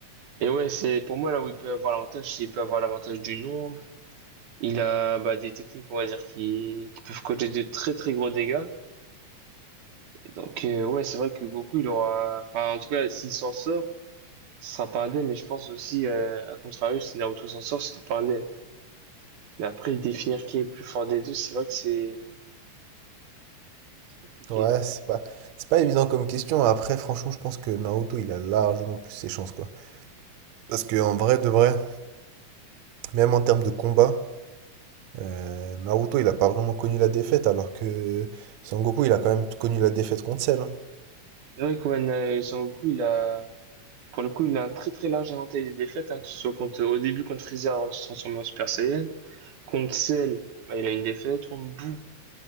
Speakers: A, on the right; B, on the right.
A: Et ouais, c'est pour moi là où il peut avoir l'avantage, c'est qu'il peut avoir l'avantage du nombre. Il a bah, des techniques, on va dire, qui, qui peuvent causer de très très gros dégâts. Et donc euh, ouais, c'est vrai que Goku, il aura... Enfin, en tout cas, s'il s'en sort, ce sera pas indemne. Mais je pense aussi, euh, à contrario, si Naruto s'en sort, ce sera pas indemne. Mais après, définir qui est le plus fort des deux, c'est vrai que c'est c'est compliqué.
B: Ouais, c'est pas, c'est pas évident comme question. Après, franchement, je pense que Naruto, il a largement plus ses chances, quoi. Parce que en vrai, de vrai, même en termes de combat, Euh, Naruto, il a pas vraiment connu la défaite, alors que Sangoku, il a quand même connu la défaite contre Cell. hein.
A: C'est vrai que ouais, Na- Son Goku, il a... Pour le coup, il a un très très large éventail des défaites, hein, que ce soit contre, au début contre Freezer avant de se transformer en Super Saiyan. Contre Cell, bah, il a une défaite. Contre Boo,